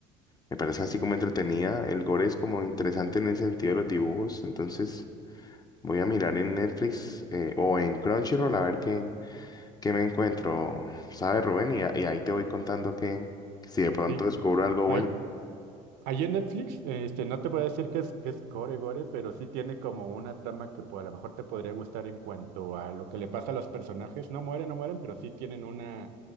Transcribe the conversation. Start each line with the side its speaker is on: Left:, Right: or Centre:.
Left: me parece así como entretenida. El gore es como interesante en el sentido de los dibujos, entonces voy a mirar en Netflix eh, o en Crunchyroll a ver qué, qué me encuentro, ¿sabes, Rubén? Y, a- y ahí te voy contando que si de pronto
Right: sí.
Left: descubro algo
Right: Hay,
Left: bueno.
Right: Allí en Netflix, este, no te voy a decir que es, que es gore gore, pero sí tiene como una trama que pues, a lo mejor te podría gustar en cuanto a lo que le pasa a los personajes. No mueren, no mueren, pero sí tienen una,